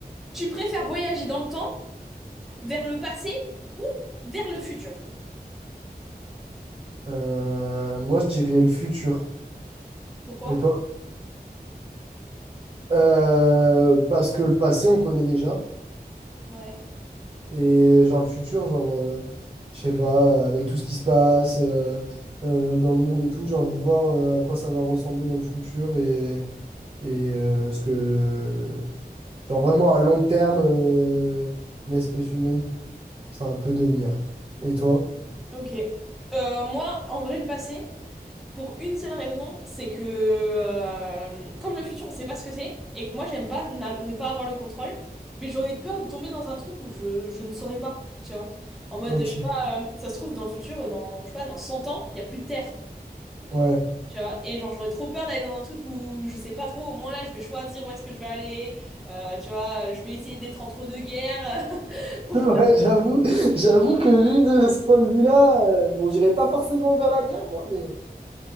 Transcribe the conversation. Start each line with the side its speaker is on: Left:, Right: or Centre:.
Centre: Tu préfères voyager dans le temps, vers le passé ou vers le futur?
Right: euh, moi je dirais le futur.
Centre: Pourquoi?
Right: Et toi? Euh, parce que le passé, on connaît déjà.
Centre: Ouais.
Right: Et genre le futur, genre, euh, je sais pas, avec tout ce qui se passe euh, euh, dans le monde et tout, j'ai envie de voir euh, à quoi ça va ressembler dans le futur et, et euh, ce que, genre vraiment à long terme, euh, l'espèce humaine enfin, peut devenir. Et toi?
Centre: Ok. Euh, moi, en vrai, le passé. Pour une seule raison, c'est que euh, comme le futur, on sait pas ce que c'est, et que moi j'aime pas na- ne pas avoir le contrôle, mais j'aurais peur de tomber dans un truc où je, je ne saurais pas, tu vois. En mode,
Right: Ok,
Centre: je sais pas, euh, ça se trouve dans le futur, dans, je sais pas, dans 100 ans, il y a plus de terre,
Right: ouais.
Centre: tu vois. Et genre j'aurais trop peur d'aller dans un truc où je sais pas trop, au moins là je vais choisir où est-ce que je vais aller, euh, tu vois, je vais essayer d'être entre deux guerres. <laughs> Bon,
Right: <laughs> Ouais, j'avoue, j'avoue que vu de ce point de vue-là, euh, bon, j'irai pas forcément vers la guerre, moi, mais,